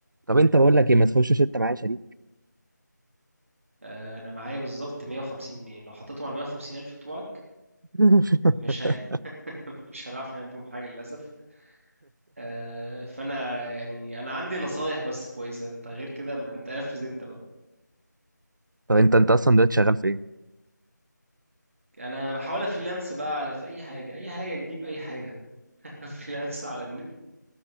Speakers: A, on the right (about 80°); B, on the right (about 45°).
A: طب انت بقول لك ايه ما تخشش انت معايا شريك
B: آه، انا معايا بالظبط 150 جنيه لو حطيتهم على 150 الف بتوعك
A: <laughs>
B: مش ه... <laughs> مش هنعرف نعمل بيهم حاجة للأسف آه، فانا يعني انا عندي نصايح بس كويسة انت غير كده ما انت نفذ انت بقى
A: طب انت انت اصلا دلوقتي شغال في ايه
B: انا بحاول افريلانس بقى على في اي حاجه اي حاجه تجيب اي حاجه <laughs> فريلانس على النت